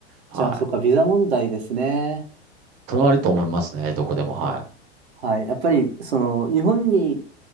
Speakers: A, on the right; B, on the right.
A: はい。
B: じゃあ、そうか、ビザ問題ですね。
A: それはあると思いますね。どこでも。は
B: はい。やっぱり、その、日本に